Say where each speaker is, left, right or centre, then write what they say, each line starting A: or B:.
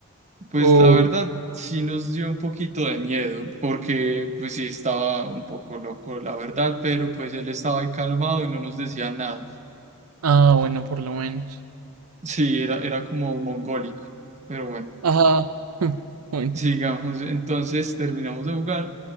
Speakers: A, on the right; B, on the right.
A: Pues
B: O,
A: la verdad sí nos dio un poquito de miedo porque pues sí estaba un poco loco, la verdad, pero pues él estaba ahí calmado y no nos decía nada.
B: ah, bueno, por lo menos.
A: Sí, era, era como mongólico, pero bueno.
B: Ajá, <laughs> bueno,
A: Sigamos, entonces terminamos de jugar